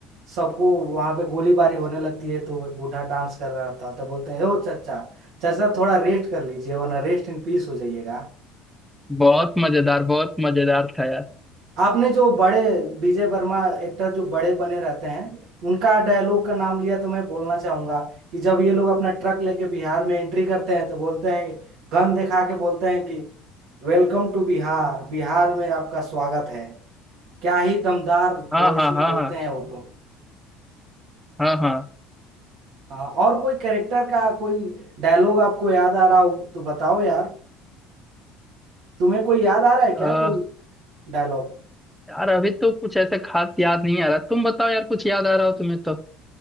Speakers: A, on the right (about 65°); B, in the centre.
A: सबको वहां पे गोलीबारी होने लगती है तो एक बूढ़ा डांस कर रहा था तो बोलते हैं ओ चचा चचा थोड़ा रेस्ट कर लीजिए वरना रेस्ट इन पीस हो जाइएगा
B: बहुत मजेदार बहुत मजेदार था यार
A: आपने जो बड़े विजय वर्मा एक्टर जो बड़े बने रहते हैं उनका डायलॉग का नाम लिया तो मैं बोलना चाहूंगा कि जब ये लोग अपना ट्रक लेके बिहार में एंट्री करते हैं तो बोलते हैं गन दिखा के बोलते हैं कि वेलकम टू बिहार बिहार में आपका स्वागत है क्या ही दमदार
B: हाँ
A: वॉइस
B: हाँ
A: में
B: हाँ
A: बोलते
B: हाँ
A: हैं वो तो
B: हाँ हाँ
A: हाँ और कोई कैरेक्टर का कोई डायलॉग आपको याद आ रहा हो तो बताओ यार तुम्हें कोई याद आ रहा है
B: अ,
A: क्या कोई डायलॉग
B: यार अभी तो कुछ ऐसा खास याद नहीं आ रहा तुम बताओ यार कुछ याद आ रहा हो तुम्हें तो